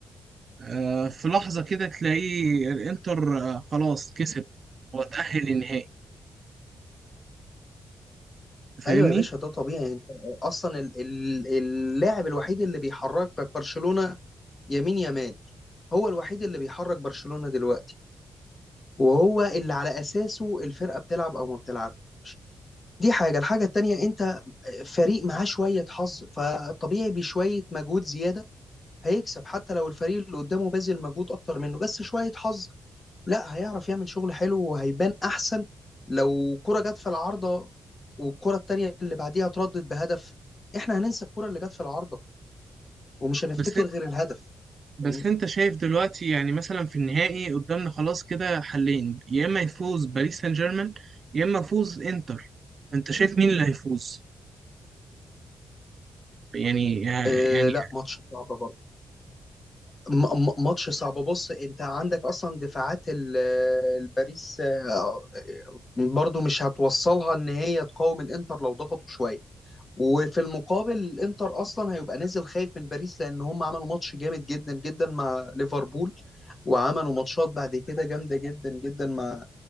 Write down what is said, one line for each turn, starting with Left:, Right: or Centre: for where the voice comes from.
Right: آه في لحظة كده تلاقيه الإنتر آه خلاص كسب وتأهل للنهائي فاهمني
Left: ايوه يا باشا ده طبيعي انت اصلا ال- ال- اللاعب الوحيد اللي بيحركك برشلونة يمين يمال هو الوحيد اللي بيحرك برشلونة دلوقتي وهو اللي على اساسه الفرقة بتلعب او ما بتلعبش دي حاجة الحاجة التانية انت فريق معاه شوية حظ فطبيعي بشوية مجهود زيادة هيكسب حتى لو الفريق اللي قدامه باذل مجهود اكتر منه بس شويه حظ لا هيعرف يعمل شغل حلو وهيبان احسن لو كرة جت في العارضة والكرة التانية اللي بعديها اتردت بهدف احنا هننسى الكرة اللي جت في العارضة ومش هنفتكر
Right: بس
Left: غير الهدف
Right: بس
Left: فاهمني؟
Right: انت شايف دلوقتي يعني مثلا في النهائي قدامنا خلاص كده حلين يا اما يفوز باريس سان جيرمان يا اما يفوز انتر انت شايف مين اللي هيفوز يعني يعني
Left: آه لا ماتش صعب برضه م- م- ماتش صعب بص انت عندك اصلا دفاعات ال- الباريس آه، آه، برضه مش هتوصلها ان هي تقاوم الانتر لو ضغطوا شوية وفي المقابل الانتر اصلا هيبقى نازل خايف من باريس لان هم عملوا ماتش جامد جدا جدا مع ليفربول وعملوا ماتشات بعد كده جامده جدا جدا مع